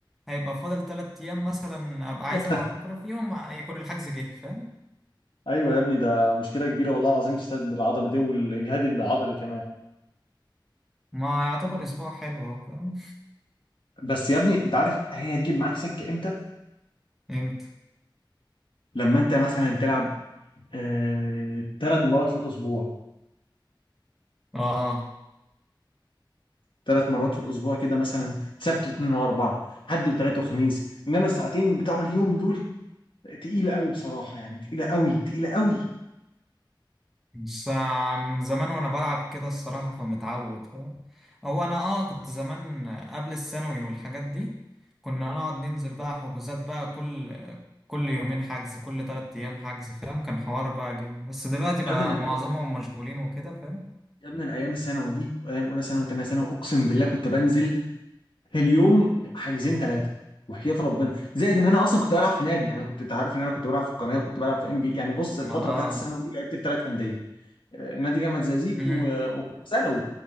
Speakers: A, in the centre; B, on the left.
A: هيبقى فاضل تلات أيام مثلا أبقى
B: <laughs>
A: عايز ألعب كورة فيهم يكون الحجز جه فاهم
B: ايوه يا ابني ده مشكله كبيره والله العظيم في السد العضلي دي والاجهاد العضلي كمان
A: ما يعتبر أسبوع حلو أهو فاهم
B: بس يا ابني انت عارف هي هتجيب معاك سكه امتى
A: فهمت
B: لما انت مثلا تلعب آه... ثلاث مرات في الاسبوع
A: اه
B: ثلاث مرات في الاسبوع كده مثلا سبت واثنين واربعه حد وثلاث وخميس انما الساعتين بتوع اليوم دول تقيله قوي بصراحه يعني تقيله قوي تقيله قوي
A: بس من زمان وانا بلعب كده الصراحة فمتعود فاهم هو انا اه كنت زمان قبل الثانوي والحاجات دي كنا نقعد ننزل بقى حجوزات بقى كل كل يومين حجز كل تلات ايام حجز فاهم كان حوار بقى جامد بس دلوقتي بقى
B: يا ابني ده انا
A: معظمهم
B: كنت
A: مشغولين وكده فاهم
B: يا ابني انا ايام الثانوي دي وايام اولى ثانوي وثانيه ثانوي اقسم بالله كنت بنزل في اليوم حاجزين ثلاثه وحياة ربنا زائد ان انا اصلا كنت بلعب في نادي يعني أنا كنت انت عارف ان انا كنت بلعب في القناه وكنت بلعب في ام بي يعني بص الفتره
A: ما اه
B: بتاعت الثانوي دي لعبت في ثلاث انديه آه، نادي جامعه زقازيق
A: امم
B: و- وكنت في ثانوي